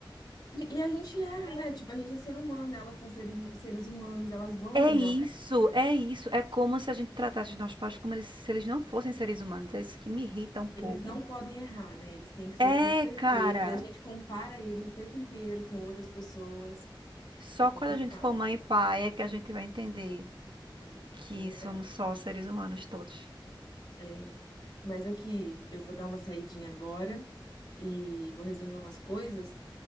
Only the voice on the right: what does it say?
É
isso,
é isso. É como se a gente tratasse os nossos pais como eles- se eles não fossem seres humanos. É isso que me irrita um pouco.
É,
cara.
Só
quando a gente for mãe e pai é que a gente vai entender
que
somos só seres humanos todos.